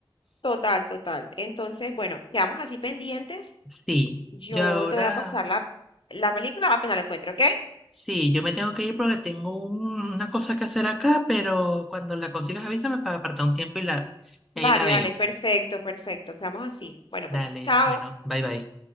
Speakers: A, on the left; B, in the centre.
A: Total, total. Entonces, bueno, quedamos así pendientes
B: Sí,
A: Yo
B: yo ahora...
A: te voy a pasar la, la película apenas la encuentro, ¿ok?
B: Sí, yo me tengo que ir porque tengo un- una cosa que hacer acá, pero cuando la consigas avísame para apartar un tiempo y, la... y ahí
A: Vale,
B: la veo.
A: dale, perfecto, perfecto. Quedamos así. Bueno,
B: Dale,
A: pues, chao.
B: bueno, bye bye.